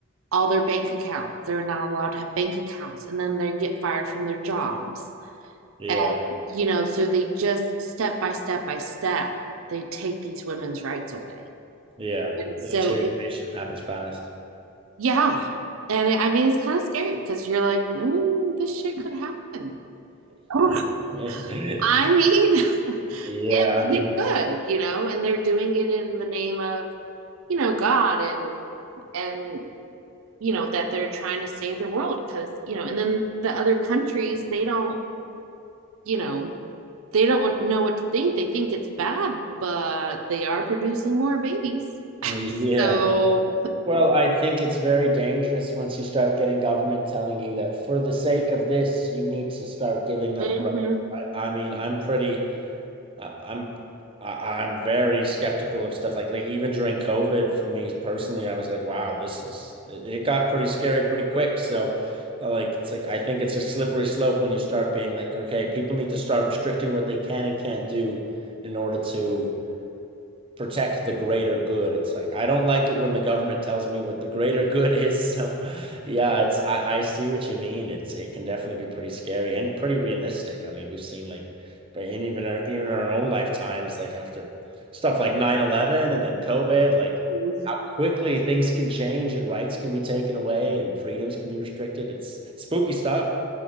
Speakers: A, on the right; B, on the right.
A: all their bank accounts. They're not allowed to have bank accounts. And then they get fired from their jobs.
B: Yeah.
A: And, you know, so they just step by step by step, they take these women's rights away.
B: Yeah.
A: so,
B: The deterioration
A: it,
B: happens fast. <laughs>
A: yeah. And it, I mean, it's kind of scary because you're like, mm, this shit could happen. <laughs>
B: Yeah.
A: I mean, it,
B: Yeah, I mean,
A: it could, you know, and they're doing it in the name of, you know, God and, and, you know, that they're trying to save the world because, you know, and then the other countries, they don't you know, they don't want, know what to think. They think it's bad, but they are producing more babies. <laughs>
B: yeah.
A: So,
B: Well, I think it's very dangerous once you start getting government telling you that for the sake of this, you need to start giving up
A: mhm,
B: rights. I, I mean, I'm pretty, I, I'm, I, I'm very skeptical of stuff like like even during COVID for me personally, I was like, wow, this is it, it got pretty scary pretty quick. So, uh, like, it's like I think it's a slippery slope when you start being like, okay, people need to start restricting what they can and can't do in order to protect the greater good. It's like I don't like it when the government tells me what the greater good <laughs> is. So yeah, it's I, I see what you mean. It's it can definitely be pretty scary and pretty realistic. I mean, we've seen like but even our even our own lifetimes, like after stuff like nine eleven and then COVID, like
A: mhm.
B: how quickly <laughs> things can change and rights can be taken away and freedoms can be restricted. It's spooky stuff.